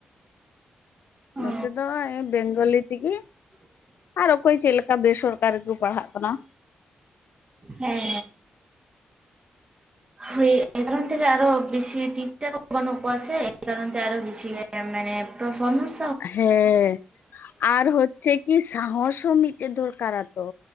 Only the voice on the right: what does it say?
ᱚ
<inaudible>
ᱦᱮᱸ ᱦᱚᱭ ᱮᱠᱷᱚᱱ ᱟᱨᱚ ᱵᱮᱥᱤ ᱴᱤᱪᱟᱨ <unintelligible> ᱛᱮ ᱟᱨᱚ ᱵᱮᱥᱤ ᱢᱟᱱᱮ ᱵᱵᱷᱩᱛ᱾ <unintelligible>